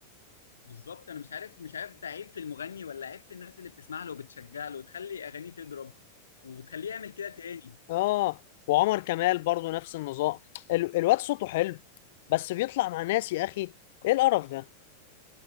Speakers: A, on the left (about 70°); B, on the left (about 50°).
A: بالظبط انا مش عارف مش عارف ده عيب في المغني ولا عيب في الناس اللي بتسمع له وبتشجع له وتخلي اغانيه تضرب وتخليه يعمل كده تاني
B: اه وعمر كمال برضو نفس النظام ال... الواد صوته حلو بس بيطلع مع ناس يا اخي ايه القرف ده